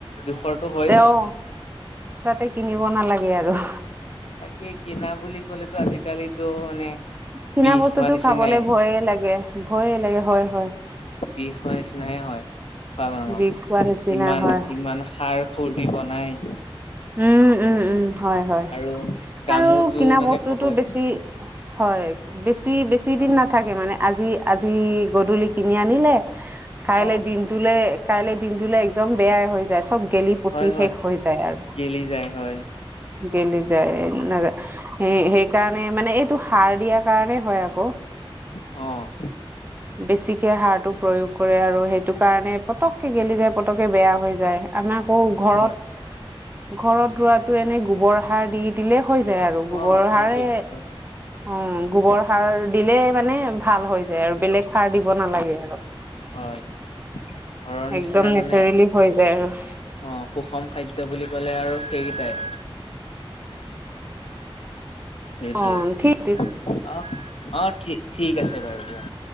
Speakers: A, on the left; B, on the right.
A: দুখৰটো হ
B: তেওঁ যাতে কিনিব নালাগে আৰু।
A: তাকেই কিনা বুলি ক'লেতো আজি কালিতো মানে
B: কিনা
A: বিহ
B: বস্তুটো
A: খোৱা নিচিনাই
B: খাবলে ভয়ে লাগে, ভয়ে লাগে হয়-হয়।
A: বিষ খোৱাৰ নিচিনাহে হয় খোৱাৰ নামত
B: বিষ খোৱা নিচিনা
A: ইমান-ইমান
B: হয়
A: সাৰ সুৰ দি বনাই।
B: উম উম উম হয়-হয়
A: আৰু দামোতো
B: আৰু কিনা
A: মানে
B: বস্তুটো
A: ক'বই
B: বেছি হয় বেছি-বেছি
A: হয়,
B: দিন নাথাকে মানে আজি- আজি গধূলি কিনি আনিলে কাইলৈ
A: অ',
B: দিনটোলে কাইলৈ দিনটোলে একদম বেয়াই হৈ যায়, চব গেলি পচি
A: হয়, হয়,
B: শেষ হৈ যায় আৰু।
A: গেলি যায়, হয়।
B: গেলি যায়, নযায় এ সেইকাৰণে মানে এইটো সাৰ দিয়াৰ কাৰণে হয় আকৌ।
A: অ'।
B: বেছিকে সাৰটো প্ৰয়োগ কৰে আৰু সেইটো কাৰণে পতককে গেলি যায় পতককে বেয়া হৈ যায়, আমাৰ আকৌ ঘৰত
A: হয়,
B: ঘৰত ৰোৱাটো এনেই গোবৰ সাৰ দি দিলে হৈ যায়। আৰু গোবৰ
A: অ', সেইটোৱে
B: সাৰে অ', গোবৰ সাৰ দিলে মানে ভাল হৈ যায় আৰু বেলেগ সাৰ দিব নালাগে আৰু।
A: হয়। ঘৰৰ নিচিনা
B: একদম নেচাৰেলি
A: মানে
B: হৈ যায় আৰু।
A: অ', সুষম খাদ্য বুলি ক'লে আৰু সেইকেইটাই। সেইটোৱে,
B: অ ঠিক
A: অ' অ' ঠি ঠিক আছে বাৰু দিয়া।